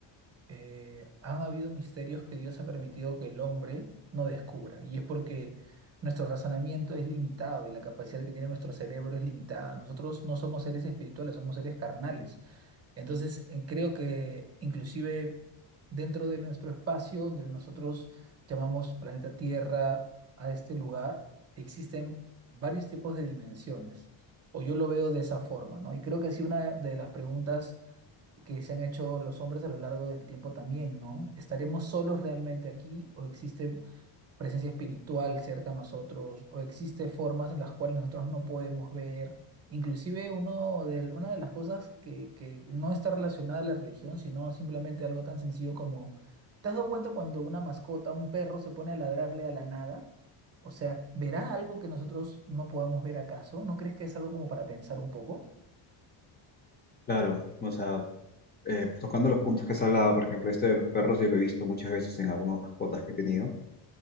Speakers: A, on the right (about 30°); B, on the left (about 20°).
A: eh, han habido misterios que Dios ha permitido que el hombre no descubra y es porque nuestro razonamiento es limitado y la capacidad que tiene nuestro cerebro es limitada. Nosotros no somos seres espirituales, somos seres carnales. Entonces, eh, creo que inclusive dentro de nuestro espacio, donde nosotros llamamos planeta Tierra a este lugar, existen varios tipos de dimensiones, o yo lo veo de esa forma, ¿no? Y creo que sí, una de las preguntas que se han hecho los hombres a lo largo del tiempo también, ¿no? ¿Estaremos solos realmente aquí o existe presencia espiritual cerca de nosotros o existe formas en las cuales nosotros no podemos ver. Inclusive uno de, una de las cosas que, que no está relacionada a la religión, sino simplemente algo tan sencillo como, ¿te has dado cuenta cuando una mascota, un perro, se pone a ladrarle a la nada? O sea, ¿verá algo que nosotros no podamos ver acaso? ¿No crees que es algo como para pensar un poco?
B: Claro, o sea, eh, tocando los puntos que has hablado, por ejemplo, esto de los perros, yo lo he visto muchas veces en algunas mascotas que he tenido.